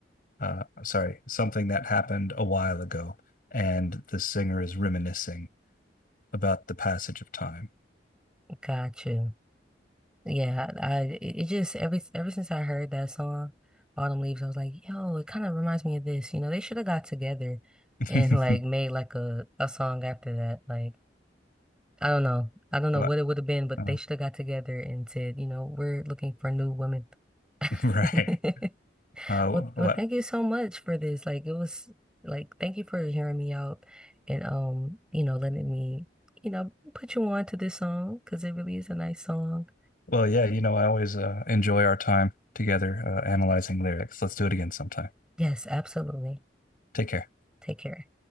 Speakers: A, on the left; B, in the centre.
A: Uh, sorry, something that happened a while ago, and the singer is reminiscing about the passage of time.
B: Gotcha. Yeah, I, I it it just every ever since I heard that song, Autumn Leaves, I was like, yo, it kind of reminds me of this. You know, they should have got together
A: <laughs>
B: and like made like a a song after that. Like. I don't know. I don't know
A: But
B: what it would have been, but
A: uh,
B: they should have got together and said, you know, we're looking for new women. <laughs>
A: <laughs> right. Uh, what?
B: Well, well, thank you so much for this. Like, it was like, thank you for hearing me out and, um, you know, letting me, you know, put you on to this song because it really is a nice song.
A: Well, yeah, you know, I always uh, enjoy our time together uh, analyzing lyrics. Let's do it again sometime.
B: Yes, absolutely.
A: Take care.
B: Take care.